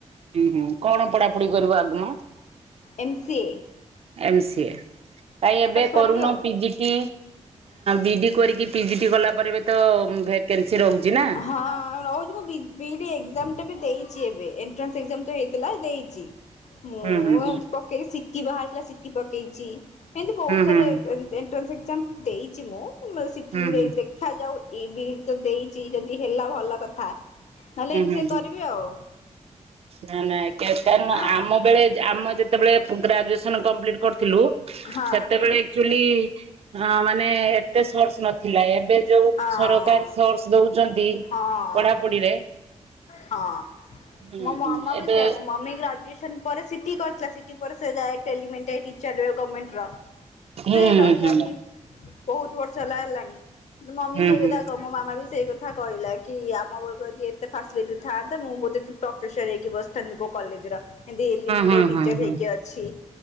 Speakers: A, on the right; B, on the left.
A: ହୁଁ ହୁଁ କଣ ପଢାପଢି କରିବ ଆଗମ।
B: ଏମସିଏ।
A: ଏମ ସିଏ କାଇଁ ଏବେ
B: କରିବି
A: କରୁନ
B: ଆଉ
A: ପିଜିଟି ବି ଡି କରିକି ପିଜି ଟି କଲା ପରେ ଏବେ ତ ଭେକେନ୍ସି ରହୁଛି ନା।
B: ହଁ ରହୁଛି ମୁଁ ବି ବିଡି ଏକଜାମ୍ ବି ଦେଇଛି ଏବେ ଏଣ୍ଟ୍ରାସ ଏକଜାମ୍ ତ ହେଇଥିଲା ଦେଇଛି। ମୁଁ
A: ହୁଁ ହୁଁ ହୁଁ
B: ଏ ପକେଇକିଚି କି ବାହରିଥିଲା ସିଟି ପକେଇଛି। ଏମତି ବହୁତ ସାର
A: ହୁଁ
B: ଏନ୍ ଏଣ୍ଟ୍ରାସ ମ୍ ଦେଇଛି ମ ମୋ ସିଟିଂ
A: ହୁଁ ହୁଁ ହୁଁ
B: ରେ ଦେଖାଯାଉ ଏ ବି ଦେଇଛି ଯଦି ହେଲା ଭଲ କଥା। ନହେଲେ
A: ହୁଁ
B: ଏମ
A: ହୁଁ
B: ସି ଏ
A: ହୁଁ
B: କରିବି ଆଉ
A: ନା ନା କାରଣ
B: ହଁ
A: ଆମ ବେଳେ ଆମ ଯେ ସେତେବେଳେ ଗ୍ରାଜୁଏସନ କମ୍ପ୍ଲିଟ କରିଥିଲୁ
B: ହଁ।
A: ସେତେବେଳେ ଆଚୁଆଲି ହଁ ମାନେ ଏତେ ସୋର୍ସ ନ ଥିଲା ଏବେ ଯୋଉ
B: ହଁ
A: ସରକାର ସୋର୍ସ ଦଉଛନ୍ତି
B: ହଁ
A: ପଢାପଢିରେ
B: ହଁ
A: ହୁଁ
B: ମୋ ମାମା
A: ହୁଁ
B: ବି
A: ଏବେ
B: ସେଇଆ ମୋ ମମି ଗ୍ରାଜୁଏସନ୍ ପ ପରେ ସିଟି କରିଥିଲା ସିଟି ପରେ ସେ ଯାଏ ଟେଲିମେଟା ଟିଚର ର ଗମେଣ୍ଟର
A: ହୁଁ
B: ସେ
A: ହୁଁ
B: ରହିଲାଣି।
A: ହୁଁ
B: ବହୁତ୍ ବର୍ଷ ହେଲା ହେଲାଣି। କିନ୍ତୁ ମମି
A: ହୁଁ
B: ସେଇ କଥା
A: ହୁଁ
B: କ ମାମା ବି ସେଇ କଥା କଥା କହିଲା କି ଆମ ବେଳକୁ ଯଦି ଏତେ ଫାସିଲିଟି ଥାନ୍ତା ମୁଁ ବୋଧେ ପ୍ରଫେସର ହେଇକି ବସିଥାନ୍ତି କୋଉ କଲେଜର। ଏବେ ଏଲିମେଟ
A: ହୁଁ ହୁଁ
B: ଟିଚର
A: ହୁଁ
B: ହେଇକି ଅଛି